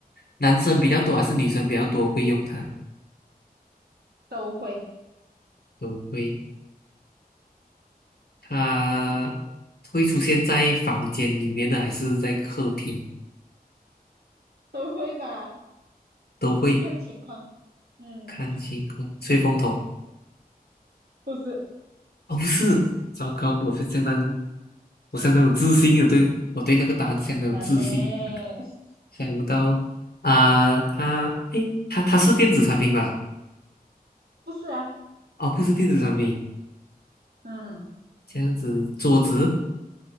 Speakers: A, on the left; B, on the right.
A: 男生比较多还是女生比较多会用它？
B: 都会，
A: 都会，它会出现在房间里面的还是在客厅？
B: 都会吧，
A: 都会
B: 看情况，嗯，
A: 看星空吹风筒。
B: 不是，
A: 哦，不是，糟糕，我是相当，我相当有自信的，对，我对那个答案相当有自信。
B: 难呢，<laughs>
A: 想不到啊，它，诶，它它是电子产品吧？
B: 不是啊，
A: 哦，不是电子产品，
B: 嗯，
A: 这样子，桌子、